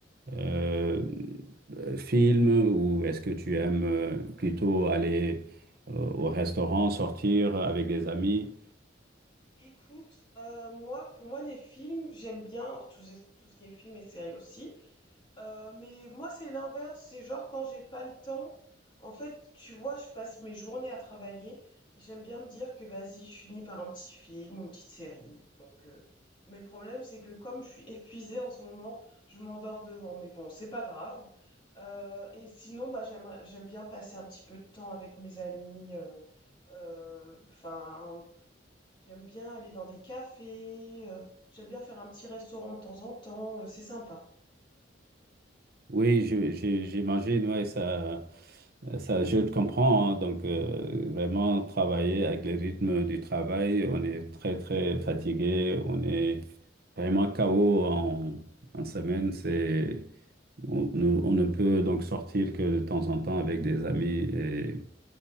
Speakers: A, on the right; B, on the left.
A: euh, film ou est-ce que tu aimes euh, plutôt aller euh, au restaurant, sortir avec des amis?
B: Écoute, euh, moi, pour moi, les films, j'aime bien tout, ce- tout ce qui est film et série aussi. Heu, mais moi, c'est l'inverse, c'est genre quand j'ai pas le temps, en fait, tu vois, je passe mes journées à travailler et j'aime bien me dire que vas-y, je finis par un petit film, une petite série, donc heu, mais le problème, c'est que comme je suis <laughs> épuisée en ce moment, je m'endors devant, mais bon, c'est pas grave. Heu et sinon, bah, j'aime j'aime bien passer un petit peu de temps avec mes amis, heu heu, enfin, j'aime bien aller dans des cafés, heu, j'aime bien faire un petit restaurant de temps en temps, heu, c'est sympa.
A: Oui, je- je- j'imagine, ouais, ça, ça, je te comprends. hein. donc, euh, vraiment, travailler avec les rythmes du travail, on est très, très fatigué, on est vraiment KO en, en semaine. C'est, on, ne on ne peut donc sortir que de temps en temps avec des amis et